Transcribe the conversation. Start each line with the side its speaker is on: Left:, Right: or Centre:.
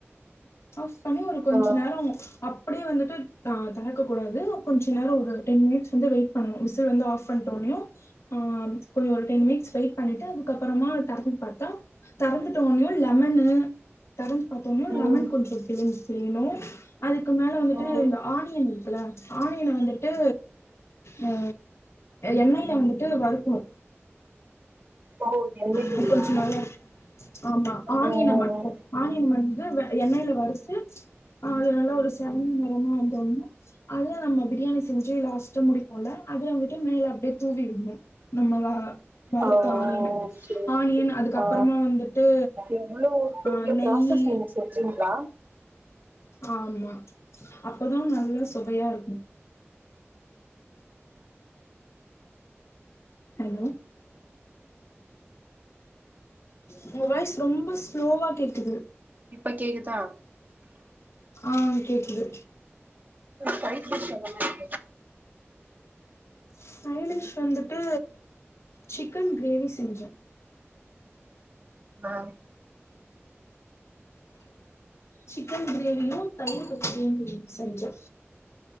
Left: ஆஃப் பண்ணி ஒரு கொஞ்ச
Right: ஆ
Left: நேர அப் டியே வந்துட்டு ஆ தெறக்ககூடாது கொஞ்ச நேர ஒரு டென் மினிட்ஸ்ஸு வந்து வெயிட் பண்ணு விசில் வந்து ஆஃப் பண்ட்டோனாயு ஆ ஒரு ஒரு டென் மினிட்ஸ் வெயிட் பண்ணிட்டு அதுக்க அப்புறமா தெரந்து பாத்தா தறந்துட்டோனையோ லெமன்னு தறந்து பாத்தோனோ
Right: ம்
Left: லெமன் கொஞ்ச பிழிச்சி புழியினு அதுக்கு மேல வந்துட்டு
Right: ம்
Left: இந்த ஆனியன் இருக்குல ஆனியன வந்துட்டு அ எண்ணெய்ல வந்துட்டு வறுக்குனு
Right: ஓ எண்ணெய்லயா
Left: அது கொஞ்ச நல்லாரு ஆமா ஆனியன
Right: ம்
Left: மட்டு ஆனியன் வந்து வெ எண்ணெயில வறுத்து ஆ அது நல்லா ஒரு செம் நேறமா வந்தோன அதுதா நம்ம ப்ரியாணி செஞ்சு லாஸ்ட்ட முடிப்போல அதுல வந்துட்டு மேல அப்டியே தூவி விட்ணு நம்மத வறுத்த
Right: ஆ
Left: ஆணியன
Right: ஓகே
Left: ஆணியன் அதுக்கப்புறமா
Right: ஆ
Left: வந்துட்டு
Right: எவ்ளோ பெரிய
Left: அ நெய்யி
Right: ப்ராசஸ் நீங்க செஞ்சீங்களா
Left: ஆமா அப்பதா நல்ல சோவையா இருக்கு ஹலோ உங்க வாய்ஸ் ரொம்ப ஸ்லோவா கேக்குது
Right: இப்ப கேக்குதா
Left: ஆ கேக்குது
Right: <inaudible> சைட் டிஷ் சொல்லுங்க
Left: சைட் டிஷ் வந்துட்டு சிக்கன் கிரேவி செஞ்சே
Right: ஆ
Left: சிக்கன் கிரேவியு தயிர் பச்சடியு <inaudible> செஞ்சோ